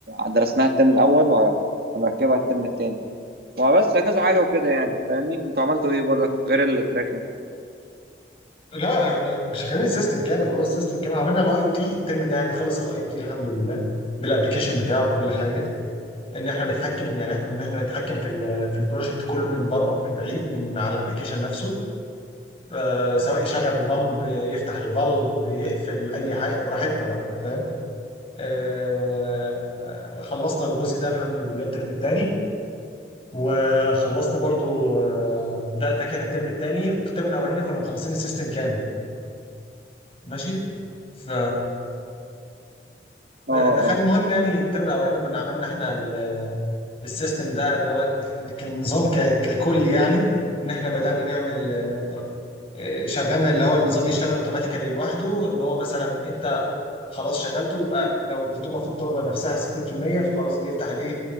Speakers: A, on the right; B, on the left.
A: درسناها الترم الاول وهنركبها الترم التاني وبس كذا حاجة وكده يعني فاهمني انتوا عملتوا ايه برضك غير التراكنج
B: لا احنا مش شغالين السيستم كامل هو السيستم كامل عملنا الاي او تي الترم ده يعني خلص الاي او تي الحمد لله بالابلكيشن بتاعه بكل حاجه ان احنا نتحكم يعني احنا ان احنا نتحكم في ال في البروجكت كله من بره من بعيد من على الابلكيشن نفسه آه سواء يشغل البامب يفتح الفالف يقفل اي حاجه براحتنا بقى فاهم آه آه، خلصنا الجزء ده الحمد لله الترم الثاني وخلصنا برضو آه، ده ده كان الترم الثاني في الترم الاولاني كنا مخلصين السيستم كامل ماشي ف د-
A: اه
B: دخل
A: اه
B: المهم يعني الترم الاولاني كنا عملنا احنا ال- السيستم ده اللي هو ال- كان نظام ك- ككل يعني ان احنا بدأنا نعمل آه، شغلنا اللي هو النظام يشتغل اوتوماتيكالي لوحده ان هو مثلا انت خلاص شغلته يبقى لو الرطوبه في التربه نفسها 60% فخلاص بيفتح الايه